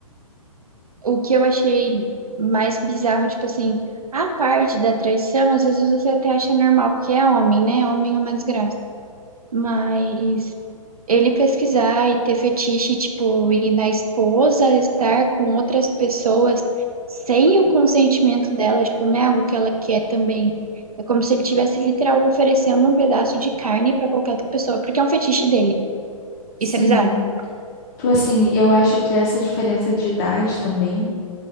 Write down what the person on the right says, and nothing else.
o que eu achei mais bizarro, tipo assim, a parte da traição, às vezes você até acha normal, porque é homem, né? Homem é uma desgraça. Mas ele pesquisar e ter fetiche, tipo, e na esposa estar com outras pessoas sem o consentimento dela, tipo, não é algo que ela quer também. É como se ele tivesse literal oferecendo um pedaço de carne pra qualquer outra pessoa, porque é um fetiche dele.
Isso é bizarro.